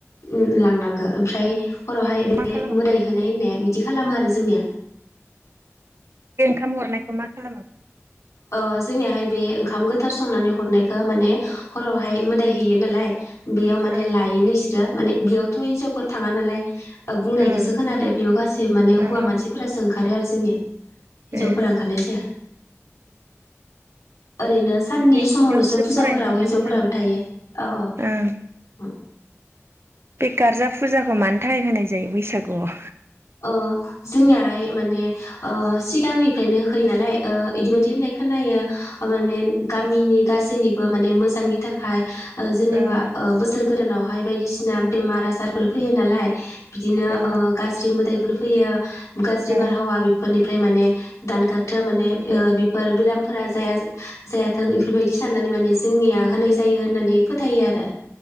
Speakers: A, on the left; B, on the right.
A: उम लांनांग ओ ओमफ्राय हरावहाय
B: बेखौ
A: बे
B: मा खालामगोन
A: मोदाय होनाय होननाया बिदि खालामो आरो जोंनिया
B: खाम हरनायखौ मा खालामो?
A: अ जोंनियाहाय बे ओंखाम गोथार संनानै हरनायखो माने हरावहाय मोदाय होयो नालाय बेयाव माने
B: ओं
A: लायोनो इसोरो माने बेयावथ' हिनजावफोर थाङा नालाय ओ बुंनायखोसो
B: ओं
A: खोनादो बेयाव गासै माने
B: ओं
A: हुवा मानसिफोरासो ओंखारो आरो जोंनिया हिनजावफोरा
B: ए
A: ओंखारनाय जाया ओरैनो साननि
B: नैथियावसो
A: समावल'सो फुजाफोराव
B: फरायनो मोनदोंमोन
A: हिन्जावफोराबो
B: आं
A: थायो औ-औ
B: ओं बे गार्जा फुजाखौ मानि थाखाय होनाय जायो बैसागुआव
A: अ जोंनियाहाय माने ओ सिगांनिफ्रायनो होखायो नालाय ओ इदिबायदि होननाय खोनायो माने गामिनि गासैनिबो माने मोजांनि थाखाय ओ जेनेबा
B: ओं
A: ओ बोसोर गोदानावहाय बायदिसिना बेमार आजार फोर फैयो नालाय बिदिनो
B: ओं
A: ओ गाज दायफोर फैयो। गाज्रि
B: औ
A: बारहावा बेफोरनि ओमफ्राय माने दानगा माने
B: ओं
A: बेफोर बेरामफोरा जायाथों बेफोरबायदि साननानै माने जोंनिया होनाय जायो होननानै फोथायो आरो